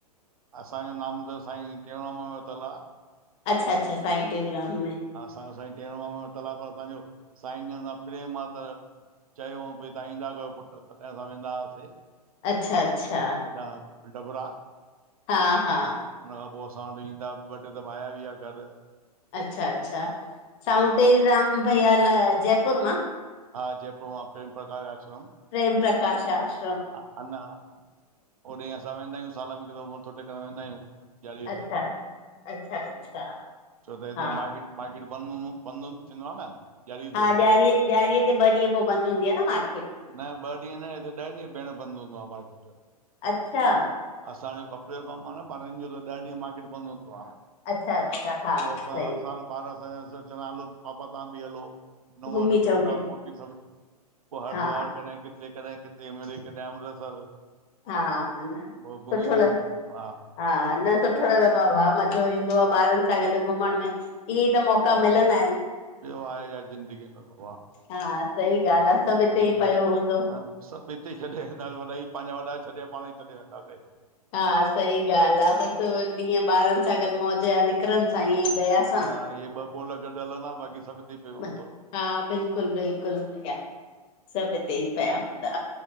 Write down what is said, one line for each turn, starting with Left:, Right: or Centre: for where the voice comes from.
Right: असांजो नाम त साईं, टेऊंराम यो वरितलु आ।
Left: अच्छा अच्छा, साईं टेऊंराम में।
Right: असांजो साईं टेऊंराम जो वरितल आ, पर असांजो साईं जनि सां प्रेम आ त चयो हूअऊं भई तां ईंदा कयो पुटु, तॾहिं असां वेंदा हासे।
Left: अच्छा अच्छा।
Right: हेॾा डबरा
Left: हा हा।
Right: हुनन खां पोइ असां वटि ईंदा हा, ॿ टे दफ़ा आया बि आ घर।
Left: अच्छा अच्छा, सावते राम भैया लाइ जयपुर मां।
Right: हा, जयपुर मां प्रेम प्रकाश आश्रम।
Left: पेम प्रकाश आश
Right: आ अञां होॾईं असां वेंदा आहियूं साल में हिकु दफ़ो मथो टेकण वेंदा आहियूं। चालीहें
Left: अच्छा
Right: ते,
Left: अच्छा अच्छा
Right: छो त हिते
Left: हा
Right: मार्केट, मार्केट <unintelligible> बंधन थींदो आ न? ॾियारी
Left: हा,
Right: ते
Left: ॾियारीअ, ॾियारीअ ते ॿ ॾींहं पोइ बंदि हूंदी आ न मार्केट।
Right: न ॿ ॾींहं न, हित ॾह ॾींहं भेण बंद हूंदो आ मार्केट।
Left: अच्छा।
Right: असांजो कपिड़े जो कमु आ न ॿारनि जो त ॾह ॾींहं मार्केट बंद हूंदो आ।
Left: अच्छा अच्छा हा
Right: पोइ असां
Left: सही
Right: हर साल ॿार असांजा चंदा हलो पापा तां बि हलो। नूंहरु
Left: घुमी अचऊं
Right: पोटा
Left: किॾे
Right: पोटीयूं सभु पोइ हरिद्वार
Left: हा
Right: कॾहिं किथे कॾहिं किथे मिड़ई कॾहिं अमृतसर
Left: हा हा,
Right: पोइ घुमी
Left: सुठो
Right: फिरी
Left: ल
Right: ईंदा आहियूं
Left: हा न सुठ <unintelligible> मज़ो ईंदो आहे ॿारनि सां गॾु घुमण में ईअ ई त मौका मिलंदा इनि।
Right: ॿियो आहे छा ज़िंदगीअ में बाबा।
Left: हा सही ॻाल्हि आ, सभु हिते
Right: ज़िंदगी
Left: ई पियो हूंदो।
Right: हा सभु हिते छॾे वेंदासीं वॾा ई पंहिंजा वॾा छॾे पाण ई छॾे वेंदासे।
Left: हा, सही ॻाल्हि आ, बसि ॾींहं ॿारनि सां गॾु मौज या निकिरनि सांईअ जी दया। सां
Right: हा, इहे ॿ बोल गॾु हलंदा बाक़ी सभु हिते पियो
Left: बसि।
Right: हूंदो।
Left: हा बिल्कुलु बिल्कुलु, भैया, सभु हिते ई पया हूंदा।